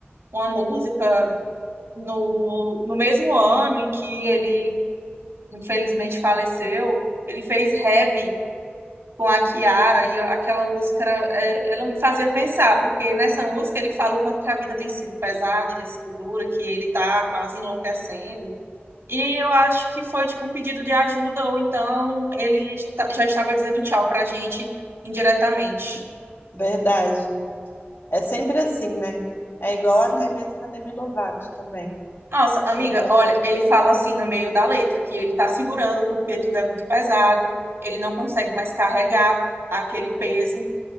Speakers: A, on the right; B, on the left.
A: uma música no, no mesmo ano em que ele infelizmente faleceu. Ele fez Heavy, com a Chiara e aquela música era- é, ela me fazia pensar, porque nessa música ele fala o quanto que a vida tem sido pesada, tem sido dura, que ele tá quase enlouquecendo. E eu acho que foi tipo um pedido de ajuda, ou então ele esta- já estava dizendo tchau pra gente indiretamente.
B: Verdade. É sempre assim, né? É igual
A: Sim.
B: até mesmo a Demi Lovato também,
A: Nossa,
B: que
A: amiga, olha, ele fala assim no meio da letra que ele tá segurando porque tudo é muito pesado, ele não consegue mais carregar aquele peso